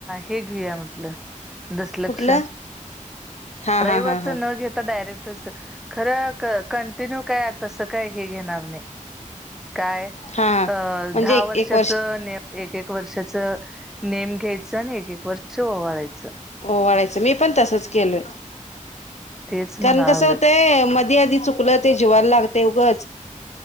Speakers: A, in the centre; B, on the left.
A: हे घेऊया म्हटलं दसलक्ष
B: कुठलं हा हा
A: रविवारच
B: हा हा
A: न घेता डायरेक्ट त खर कंटिन्यू काय तसं काय हे घेणार नाही काय अ
B: हा म्हणजे
A: दहा
B: एक
A: वर्षाच
B: एक
A: नि एक एक वर्षाच नेम घ्यायचं आणि एक एक वर्ष ओवाळायच
B: हो वाढयचं मी पण तसच केलोय
A: तेच म्हणा
B: कारण
A: लागलोय
B: कस होतंय मधी आधी चुकलं ते जिवायला लागत एगंच